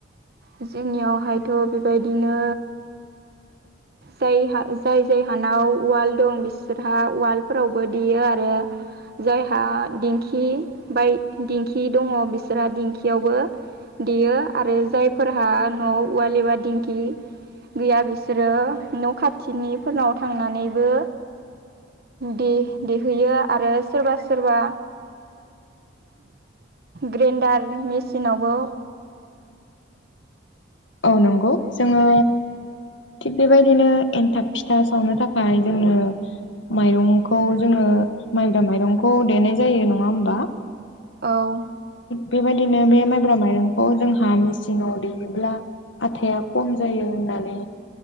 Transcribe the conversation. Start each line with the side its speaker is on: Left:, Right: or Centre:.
Right: जोंनियावहायथ' बे बायदिनो जायहा जाय जाय हानाव उवाल दं बिसोरहा उवालफोरावबो देयो। गारो जायहा दिंखि बाय दिंखि दङ' बिसोरहा दिंखियावबो देयो आरो जायफोरहा न'आव उवाल एबा दिंखि गैया बिसोरो न' खाथिनिफोरनाव थांनानैबो दे-देहैयो आरो सोरबा सोरबा ग्रेन्डार मेचिनावबो
Left: औ नंगौ जोङो थिग बे बायदिनो एनथाब फिथा सावनो थाखाय जोङो माइरंखौ जोङो माइब्रा माइरंखौ देनाय जायो नङा होमबा?
Right: औ
Left: बे बायदिनो बे माइब्रा माइरंखौ जोंहा मेसिनाव देयोब्ला आथाया खम जायो होननानै